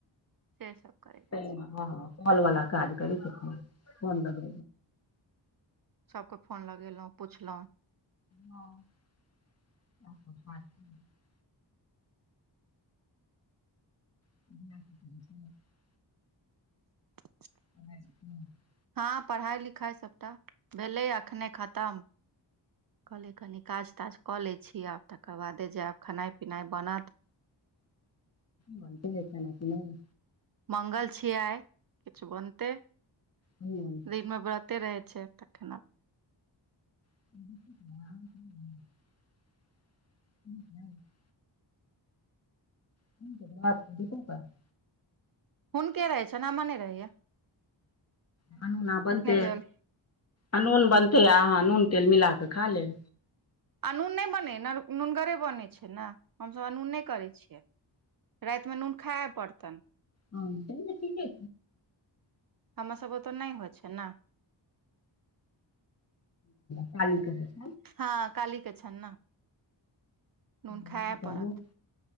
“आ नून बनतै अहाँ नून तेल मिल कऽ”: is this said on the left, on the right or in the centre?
Left